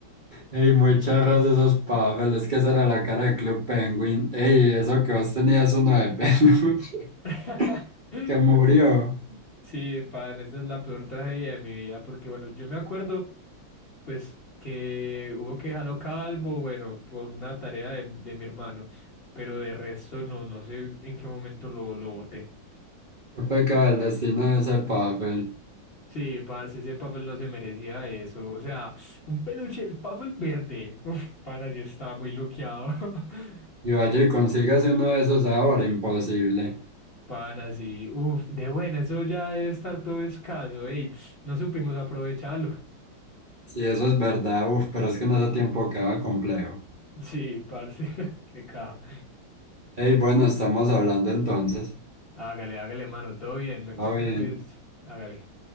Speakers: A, on the right (about 35°); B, on the left (about 35°).
A: Ey, muy charros esos pavos, es que esa era la cara de Club Penguin. Ey, eso que vos tenías uno de peluche
B: <laughs>
A: <laughs> que murió.
B: Sí, pan, esa es la peor tragedia de mi vida, porque bueno, yo me acuerdo, pues, que hubo que dejarlo calvo, bueno, por una tarea de, de mi hermano, pero de resto no, no sé en qué momento lo, lo boté.
A: Qué pecado el destino de ese Pavel.
B: Sí, parce, ese Puffle no se merecía eso. O sea, un peluche, el Puffle verde. Uf, pana, yo estaba muy luqueado. <laughs>
A: Y vaya y consígase uno de esos ahora, imposible.
B: Pan así, uff, de buena, eso ya debe estar todo escaso, ey, no supimos aprovecharlo.
A: Si eso es verdad, uff, pero es que en ese tiempo queda complejo.
B: Sí, parce, <laughs> qué caja.
A: Ey, bueno, estamos hablando entonces.
B: Hágale, hágale, mano, todo bien, me cuenta
A: Todo bien.
B: pues, hágale.